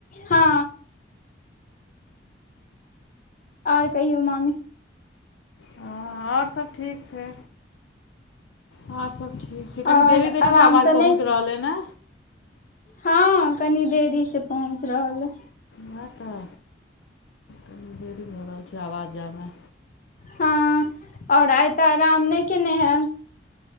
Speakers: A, on the left; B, on the left.
A: हँ आओर कहियौ मामी
B: हँ आओर सभ ठीक छै आओर सभ ठीक ठीक छै कनि
A: आओर
B: देरी देेरीसँ
A: आराम
B: आवाज
A: तऽ
B: पहुँच
A: नहि
B: रहल अय ने
A: हँ कनी देरी से पहुँच रहल अय
B: वएह तऽ कनि देरी भऽ रहल छै आवाज जायमे
A: हँ आओर आइ तऽ आराम नहि केने हैब